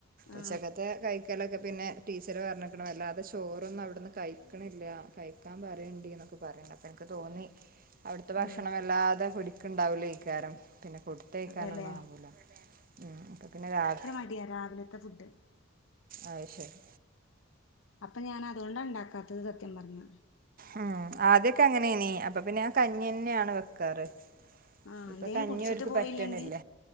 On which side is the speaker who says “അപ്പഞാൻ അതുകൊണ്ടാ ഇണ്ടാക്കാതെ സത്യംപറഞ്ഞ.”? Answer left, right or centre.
Left